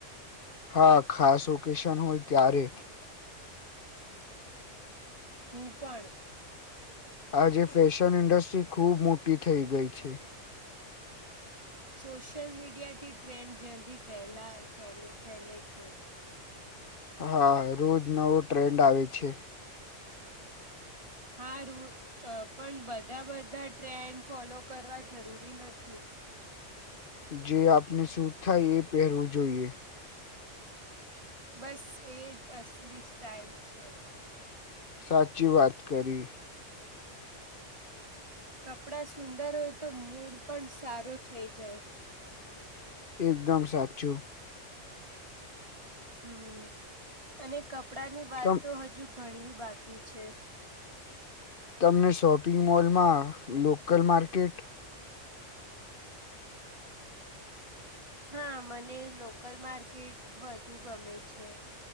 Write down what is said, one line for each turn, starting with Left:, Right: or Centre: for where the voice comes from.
Left: હા ખાસ ઓકેશન હોય ત્યારે
Right: હું પણણ
Left: આજે ફેશન
Right: છું
Left: ઇન્ડસ્ટ્રી ખુબ મોટી થઇ ગઈ છે.
Right: સોશિયલ મીડિયા થી ટ્રેન્ડ જલ્દી પહેલા ફેલે છે.
Left: હા રોજ નવો ટ્રેન્ડ આવે છે.
Right: હા રૂ પણ બધા બધા ટ્રેન્ડ ફોલો કરવા જરૂરી નથી.
Left: જે આપને સૂટ થાય એ પહેરવું જોઈએ.
Right: બસ એજ અસલી સ્ટાઇલ છે.
Left: સાચી વાત કરી
Right: કપડા સુંદર હોય તો મૂડ પણ સારો થઈ જાય
Left: એકદમ સાચું.
Right: હમ અને કપડા ની વાત
Left: તમ
Right: તો હજુ ઘણી બાકી છે.
Left: તમને શોપિંગ મોલમાં લોકલ માર્કેટ
Right: હા મને લોકલ માર્કેટ વધુ ગમે છે.